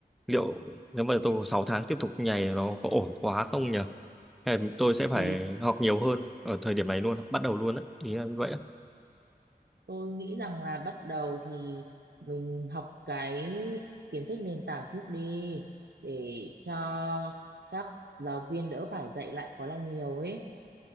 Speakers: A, in the centre; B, on the right.
A: liệu nếu mà tôi có 6 tháng tiếp tục nhảy nó có ổn quá không nhỉ hay là tôi sẽ phải
B: thì
A: học nhiều hơn ở thời điểm này luôn bắt đầu luôn á ý là như vậy á
B: Tôi nghĩ rằng là bắt đầu thì mình học cái kiến thức nền tảng trước đi để cho các giáo viên đỡ phải dạy lại quá là nhiều ấy.